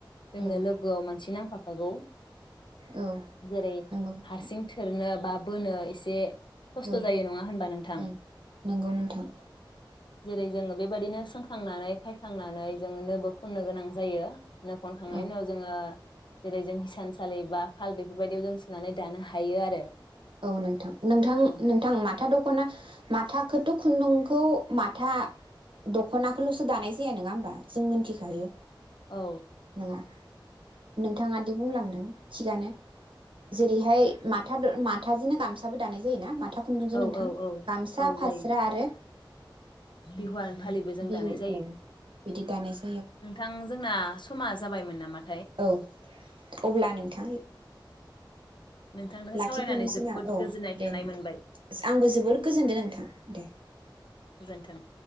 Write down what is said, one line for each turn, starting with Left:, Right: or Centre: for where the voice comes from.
Left: जोंनो
Right: औ
Left: लोगोआव मानसि नांफा फागौ
Right: औ
Left: जेरै
Right: नंगौ नोंथां
Left: हारसिं थोरनो बा बोनो एसे खस्थ'
Right: औ
Left: जायो नङा होनबा नोंथां?
Right: ओं नंगौ नोंथां
Left: जेरै जोङो बेबायदिनो सों खांनानै खायखांनानै जोङ नोबो खन्नो गोनां जायो। नो खनखांनायनि
Right: औ
Left: उनाव जोंङो जेरै जों हिसानसालि बा खाल बेफोरबायदियाव जों सोनानै दानो हायो आरो।
Right: औ नोंथां नोंथां
Left: औ
Right: नोंथां माथा दख'ना माथ माथाखोथ खुन्दुंखौ माथा दखनाखोलसो दानाय जाया नङा होमबा जों मोनथिखायो।
Left: औ
Right: नोङा। नोंथाङादि बुंलांदों थिगानो। जेरैहाय माथा <unintelligible> थाजोनो गामसाबो दानाय जायोना माथ था खुन्दुंजों
Left: औ
Right: नोंथां
Left: औ औ
Right: गामसा
Left: औ
Right: फास्रा
Left: जायो
Right: आरो
Left: बिहुवान फालिबो जों
Right: बिहु
Left: दानाय जायो।
Right: औ बिदि दानायस
Left: नोंथां जोंना समा जाबायमोन नामा?
Right: औ अब्ला नोंथां
Left: नोंथांजों
Right: लाखिथ'नोसैना
Left: सावरायनानै जोबोद
Right: औ
Left: गोजोननाय थानाय
Right: दे
Left: मोनबाय
Right: आंबो जबोद गोजोनदों नोंथां दे।
Left: गोजोन्थों।